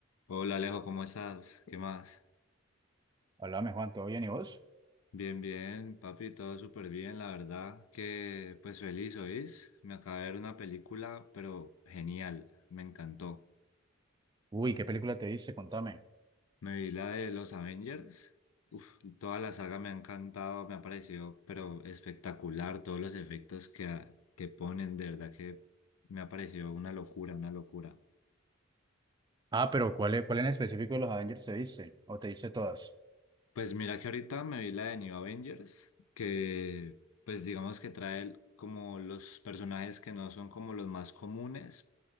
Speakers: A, on the left; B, on the right.
A: Hola Alejo, ¿cómo estás? ¿Qué más?
B: Hola, Juan, ¿todo bien y vos?
A: Bien, bien, papi, todo súper bien, la verdad que pues feliz, ¿oís? Me acabé de ver una película, pero genial, me encantó.
B: Uy, ¿qué película te viste? Contame.
A: Me vi la de los Avengers, uf, toda la saga me ha encantado, me ha parecido, pero espectacular, todos los efectos que, que ponen, de verdad que me ha parecido una locura, una locura.
B: Ah, pero ¿cuál, es- cuál en específico de los Avengers te viste? ¿O te viste todas?
A: Pues mira que ahorita me vi la de New Avengers, que pues digamos que trae el- como los personajes que no son como los más comunes